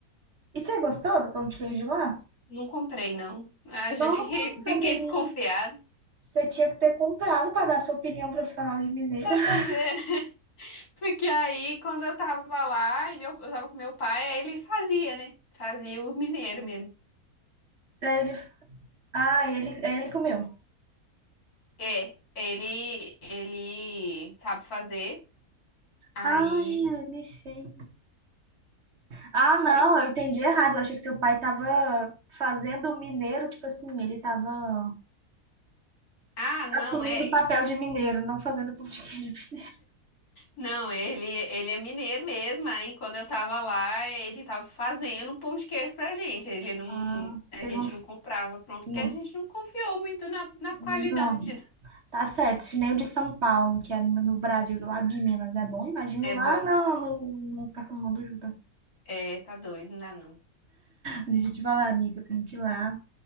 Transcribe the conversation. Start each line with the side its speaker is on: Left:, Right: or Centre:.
Right: E você gostou do pão de queijo lá?
Left: Não comprei, não. Ah,
Right: Nossa,
Left: já <laughs> fiquei, fiquei
Right: menina.
Left: desconfiada.
Right: Você tinha que ter comprado para dar sua opinião profissional de mineira.
Left: Quer
Right: <laughs>
Left: saber? <laughs> Porque aí, quando eu tava lá, e meu, eu tava com meu pai, aí ele fazia, né? Fazia o mineiro mesmo.
Right: Aí ele, ah, ele, ele comeu.
Left: É, ele, ele sabe fazer. Aí.
Right: Ah, ele sim. Ah, não,
Left: Oi?
Right: eu entendi errado. Eu achei que seu pai tava fazendo o mineiro, tipo assim, ele tava
Left: Ah, não,
Right: assumindo
Left: é.
Right: o papel de mineiro, não fazendo pão de queijo. <laughs>
Left: Não, ele, ele é mineiro mesmo. Aí quando eu tava lá, ele tava fazendo um pão de queijo pra gente. Ele não,
Right: Ah,
Left: a
Right: você
Left: gente
Right: não,
Left: não comprava pronto,
Right: não,
Left: porque a gente não confiou muito na, na
Right: não.
Left: qualidade, né?
Right: Tá certo. Se nem o de São Paulo, que é no Brasil, do lado de Minas, é bom. Imagino
Left: É
Right: lá,
Left: bom,
Right: não, no, no, no, no, no,
Left: é, tá doido, não dá não.
Right: Deixa eu te falar, amiga, eu tenho que ir lá,